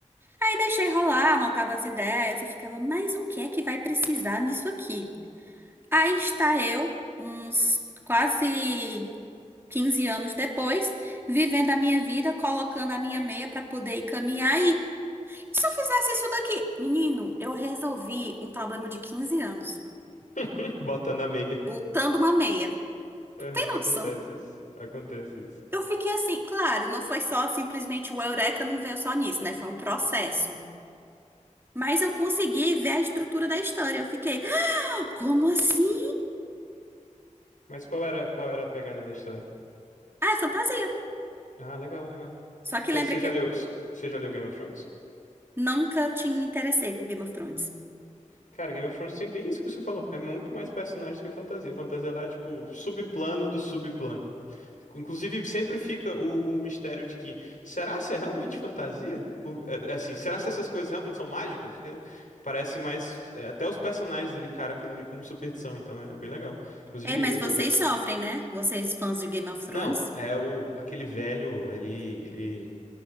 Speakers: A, on the right; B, on the left.
A: Aí deixei rolar, anotava as ideias e ficava, mas o que é que vai precisar nisso aqui? Aí está eu, uns quase 15 anos depois, vivendo a minha vida, colocando a minha meia para poder ir caminhar aí. se eu fizesse isso daqui? Menino, eu resolvi um problema de 15 anos,
B: <laughs> Botando a meia.
A: botando uma meia.
B: Aham,
A: Tem noção?
B: acontece isso. Acontece isso.
A: Eu fiquei assim, claro, não foi só simplesmente o Eureka não veio só nisso, né? Foi um processo. Mas eu consegui ver a estrutura da história. Eu fiquei, "Ah, como assim?
B: Mas qual era, qual era a pegada da história?
A: Ah, é fantasia.
B: Ah, legal, legal.
A: Só que
B: Você
A: lembra
B: já
A: que.
B: leu, você já leu Game of Thrones?
A: Nunca te interessei por Game of Thrones.
B: Cara, Game of Thrones tem bem isso que você falou. É muito mais personagens que fantasia. Fantasia lá é tipo subplano do subplano. Inclusive, sempre fica o, o mistério de que será se é realmente fantasia? Por- é- é assim, será se essas coisas realmente são mágicas? Porque parece mais. é, até os personagens ele encara aquilo ali como superstição, então é bem legal. Inclusive,
A: É, mas
B: eu,
A: vocês sofrem, né? Vocês fãs de Game of Thrones.
B: Não, é o aquele velho, ele, ele,